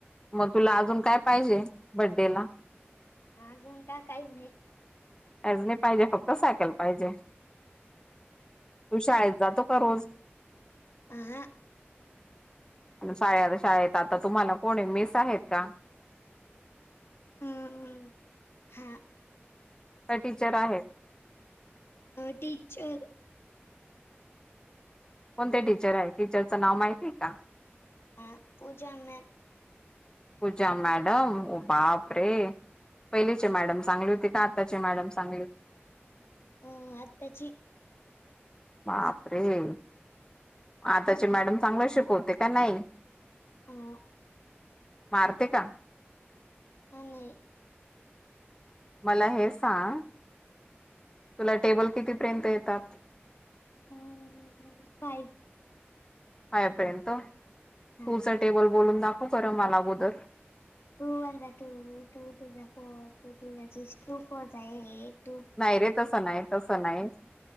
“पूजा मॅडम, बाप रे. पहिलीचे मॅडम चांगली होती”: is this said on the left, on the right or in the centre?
Left